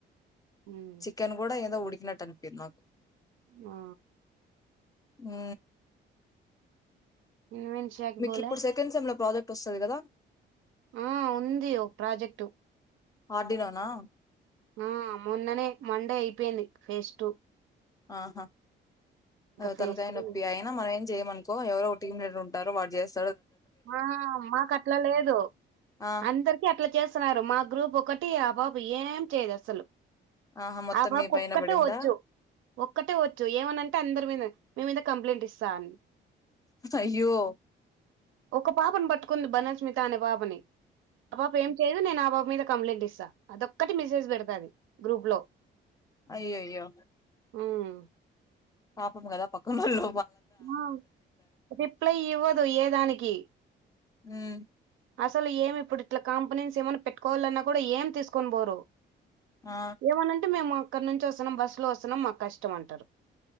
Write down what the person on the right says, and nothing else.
ఉమ్,
ఆ
ఇన్వెన్షియాకి
బోలే
ఆ ఉంది ఓ ప్రాజెక్టు
ఆ మొన్ననే మండే అయిపోయింది ఫేజ్ టు
ఫేజ్
త్రీ
మా మాకట్లా లేదు
అందరికి అట్లా చేస్తున్నారు మా గ్రూప్ ఒకటి ఆ బాబు ఏం చేయదసలు
ఆ బాబుకు
ఒక్కటే
వచ్చు ఒక్కటే వచ్చు ఏమనంటే అందరి మీన మీ మీద కంప్లైంట్ ఇస్ సాన్
ఒక పాపన్బట్టుకుంది బనస్మిత అనే పాపని ఆ పాప ఏం చేయదు నేను ఆ బాబ్ మీద కంప్లైంట్ ఇస్తా అదొక్కటి మెసేజ్ పెడతాది గ్రూప్
ఉమ్
ఆహ్ రిప్లై ఇవ్వదు ఏదానికి
అసలు ఏమి ఇప్పుడు ఇట్లా కంపెనెన్స్ ఏమన్నా పెట్టుకోవాలన్నా కూడా ఏం తీసుకొన్బోరు
ఏమనంటే మేమ్ మా అక్కడ్నుంచి వస్తున్నాం బస్సులో వస్తున్నాం మాక్ కష్టం అంటారు